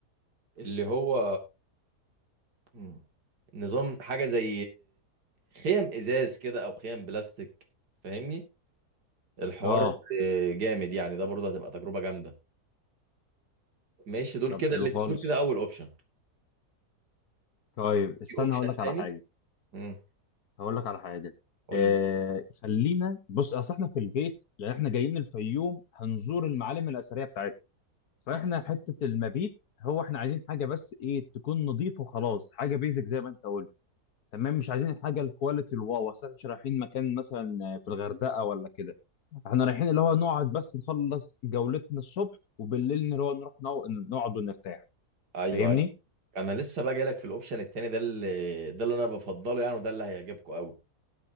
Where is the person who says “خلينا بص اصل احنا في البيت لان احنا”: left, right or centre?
Left